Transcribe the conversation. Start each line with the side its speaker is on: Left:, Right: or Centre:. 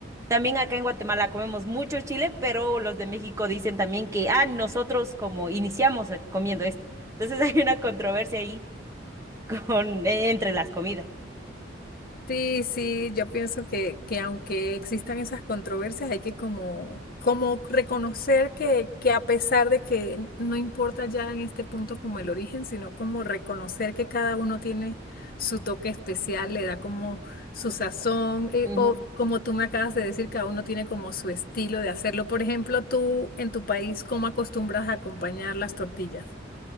Right: También acá en Guatemala comemos mucho chile, pero los de México dicen también que, ah, nosotros como iniciamos eh, comiendo esto. Entonces <laughs> hay una controversia ahí con, eh, entre las comidas.
Left: Sí, sí, yo pienso que, que aunque existan esas controversias, hay que como, como reconocer que, que a pesar de que n- no importa ya en este punto como el origen, sino como reconocer que cada uno tiene su toque especial, le da como su sazón, eh,
Right: Ujú.
Left: o como tú me acabas de decir, cada uno tiene como su estilo de hacerlo. Por ejemplo, tú en tu país, ¿cómo acostumbras a acompañar las tortillas?